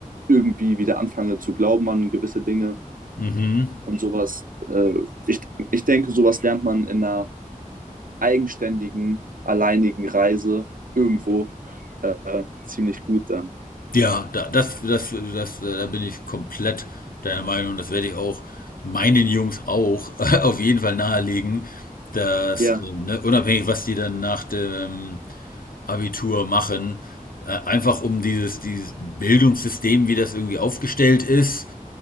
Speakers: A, on the right; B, on the left.
A: irgendwie wieder anfange zu glauben an gewisse Dinge
B: mhm.
A: und sowas. Äh, ich, ich denke, sowas lernt man in einer eigenständigen, alleinigen Reise irgendwo äh, ziemlich gut dann.
B: Ja, da, das, das, das, äh, da bin ich komplett deiner Meinung. Das werde ich auch meinen Jungs auch <laughs> auf jeden Fall nahelegen, dass,
A: Ja,
B: äh, ne, unabhängig, was die dann nach dem Abitur machen, äh, einfach um dieses, dieses Bildungssystem, wie das irgendwie aufgestellt ist,